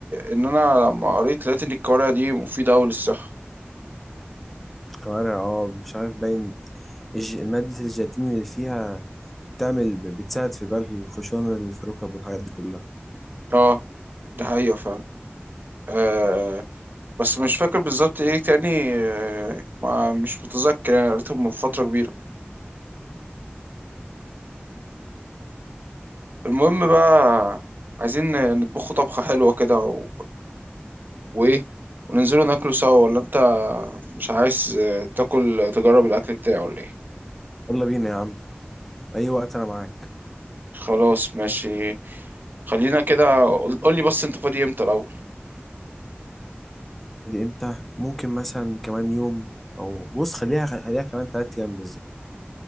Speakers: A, on the right; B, in the centre.
A: ان انا لما قريت لقيت ان الكوارع دي مفيدة اوي للصحة
B: كوارع اه مش عارف باين الج- ماده الجيلاتين اللي فيها بتعمل بتساعد في بقى الخشونة اللي في الركب والحاجات دي كلها
A: اه ده حقيقة فعلا آه، بس مش فاكر بالظبط ايه تاني آه، ما مش متذكر يعني قريته من فترة كبيرة المهم بقى عايزين نطبخه طبخة حلوة كده و... وايه وننزلوا ناكله سوا ولا انت مش عايز آه، تاكل تجرب الأكل بتاعه ولا ايه
B: يلا بينا يا عم أي وقت أنا معاك
A: خلاص ماشي خلينا كده قول قول لي بس انت فاضي امتى الأول
B: فاضي إمتى ممكن مثلا كمان يوم أو بص خليها خليها كمان تلات أيام بالظبط